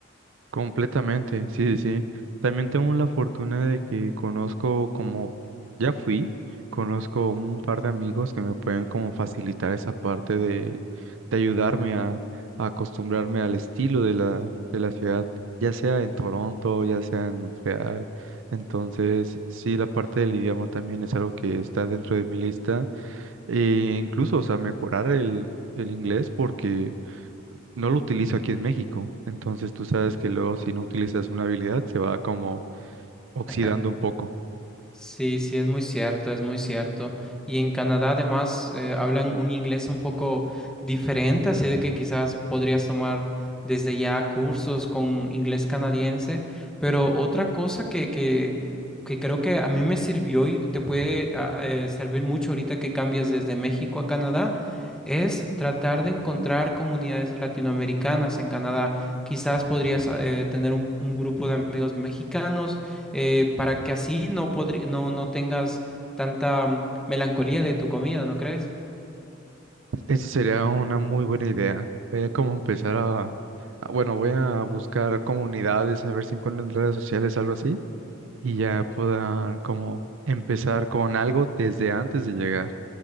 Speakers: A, on the right (about 70°); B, in the centre.
A: Completamente, sí, sí, sí. También tengo la fortuna de que conozco como, ya fui, conozco un par de amigos que me pueden como facilitar esa parte de, de ayudarme a, a acostumbrarme al estilo de la, de la ciudad, ya sea en Toronto, ya sea en Montreal. Entonces, sí, la parte del idioma también es algo que está dentro de mi lista. E incluso, o sea, mejorar el, el inglés porque no lo utilizo aquí en México. Entonces tú sabes que luego si no utilizas una habilidad se va como oxidando
B: <laughs>
A: un poco.
B: Sí, sí, es muy cierto, es muy cierto. Y en Canadá además eh, hablan un inglés un poco diferente, así de que quizás podrías tomar desde ya cursos con inglés canadiense. Pero otra cosa que, que, que creo que a mí me sirvió y te puede ah, eh, servir mucho ahorita que cambies desde México a Canadá es tratar de encontrar comunidades latinoamericanas en Canadá. Quizás podrías ah, eh, tener un un grupo de amigos mexicanos eh, para que así no, podri- no, no tengas tanta mm, melancolía de tu comida, ¿no crees?
A: Esa sería una muy buena idea. Voy a como empezar a, a- bueno, voy a buscar comunidades, a ver si encuentro en redes sociales algo así y ya pueda como empezar con algo desde antes de llegar.